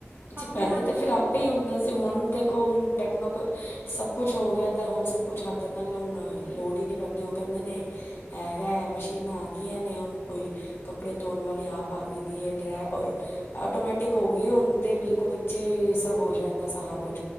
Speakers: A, on the left; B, on the right.
A: ਅੱਛਾ
B: ਆਪਣੇ
A: ਪਹਿਲੇ
B: ਹੱਥ
A: ਤਾਂ
B: ਦੀ
A: ਫਿਰ ਆਪ ਆਪੇ ਹੀ ਹੁੰਦਾ ਸੀ ਹੁਣ ਦੇਖੋ ਹੁਣ ਟੈਕਨੋਕ, ਸਭ ਕੁਛ ਹੋ ਗਿਆ ਦਾ ਹੁਣ ਸਭ ਕੁਛ ਹੱਥ ਨਾਲ ਹੋਨਾ ਲੋੜ ਹੀ ਨਹੀਂ ਪੈਂਦੀ ਉਹ ਕਹਿੰਦੇ ਨੇ। ਹੈਗਾ ਹੈ ਮਸ਼ੀਨਾਂ ਆ ਗਈਆਂ ਨੇ ਹੁਣ ਕੋਈ ਕੱਪੜੇ ਧੋਣ ਵਾਲੀ ਆਪ ਆਗਈ ਦੀ ਏ ਡਰੇ ਔ ਆਟੋਮੈਟਿਕ ਹੋ ਗਈ ਹੁਨ ਤੇ ਬਿਲਕੁਲ ਵਿੱਚੇ ਸਭ ਹੋ ਜਾਂਦਾ ਸਾਰਾ ਕੁਝ